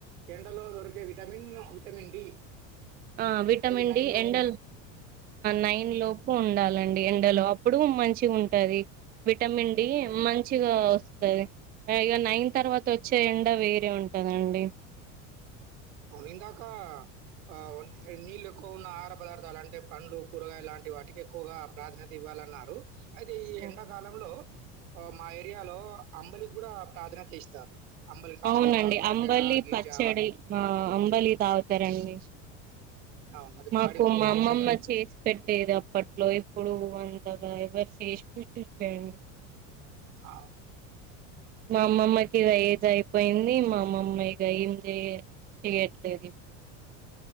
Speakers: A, on the right; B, on the right.
A: ఎండలో దొరికే విటమిన్ విటమిన్ డి
B: ఆ విటమిన్
A: ఏది
B: డి
A: లోపు.
B: ఎండల్
A: హ్మ్. హ్మ్.
B: నైన్ లోపు ఉండాలి అప్పుడు మంచి ఉంటంది విటమిన్
A: అవును.
B: మ మంచిగా వస్తుంది ఇక నైన్ తర్వాత వచ్చే ఎండ వేరే ఉంటందండి
A: అవును ఇందాక ఆ నీళ్ళు ఎక్కువ ఉన్న ఆహార పదార్థాలు అంటే పండ్లు కూరగాయ లాంటి వాటికి ఎక్కువగా ప్రాధాన్యత ఇవ్వాలన్నారు అయితే ఈ
B: అవును.
A: ఎండాకాలంలో మా ఏరియాలో అంబలికి కూడా ప్రాధాన్యత ఇస్తారు అంబలి కాసుకొని
B: అవునండి
A: తాగుతారు
B: అంబలి
A: అంటే రాగి
B: పచ్చడి
A: జావా
B: ఆ అంబలి తాగుతారండి
A: అవును. అది
B: మాకు
A: బాడీ కూల్
B: మా
A: చేస్తుందట.
B: అమ్మమ్మ చేసి పెట్టేది అప్పట్లో ఇప్పుడు అంతగా ఎవరు చేసిట్ట్లేండి
A: ఆ
B: మా అమ్మమ్మయికి ఇగ ఏజ్ అయిపోయింది మా అమ్మమ్మయిక ఏం చెయ చెయట్లేదు ఇప్పుడు